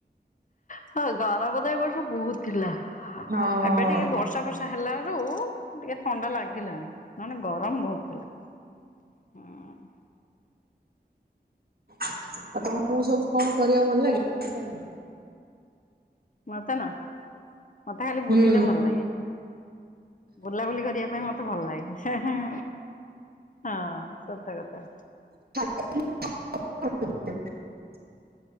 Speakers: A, on the left (about 45°); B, on the right (about 60°).
A: ହଁ ଗରମ ତ ଏ ବର୍ଷ ବହୁତ ଥିଲା
B: ହଁ
A: ଏବେ ଟିକେ
B: ଆଉ
A: ବର୍ଷା ଫର୍ଷା ହେଲା। ରୁ ଟିକେ ଥଣ୍ଡା ଲାଗିଲାଣି ନ ହେଲେ ଗରମ ବହୁତ ଥିଲା। ହୁଁ।
B: ଆଉ ତମକୁ ସବୁ କଣ କରିବା ଭଲ ଲାଗେ?
A: ମତେ ନା ମତେ ଖାଲି ବୁଲିତେ
B: ହୁଁ
A: ଭଲ ଲାଗେ। ବୁଲାବୁଲି କରିବା ପାଇଁ ମତେ ଭଲ ଲାଗେ। ହେଁ ହେଁ ହଁ ସତ କଥା।
B: <unintelligible>